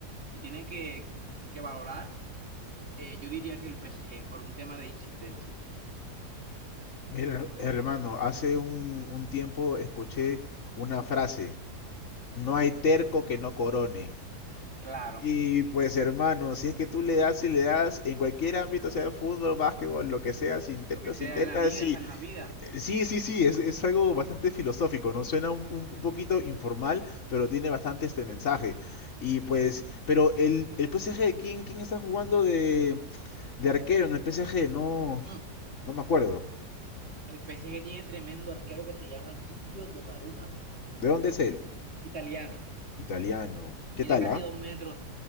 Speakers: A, on the right (about 40°); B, on the left (about 50°).
A: se tiene que, que valorar, eh, yo diría que el PSG, por un tema de insistencia.
B: Mira, hermano, hace un, un tiempo escuché una frase, no hay terco que no corone.
A: Claro,
B: Y pues hermano, si es que tú le das y le das en cualquier ámbito, sea de fútbol, básquetbol, lo que sea, si intentas,
A: lo que sea
B: si intentas,
A: en la vida,
B: sí,
A: está en la vida.
B: Eh, sí, sí, sí, es, es algo bastante filosófico, ¿no? Suena un, un- un poquito informal, pero tiene bastante este mensaje. Y pues, pero el, el PSG, ¿quién, quién está jugando de, de arquero en el PSG? No,
A: Mm.
B: no me acuerdo.
A: El PSG tiene tremendo arquero que se llama Gigio Donnarumma,
B: ¿De dónde es él?
A: italiano.
B: Italiano. ¿Qué
A: Mide
B: tal,
A: casi
B: ah?
A: dos metros,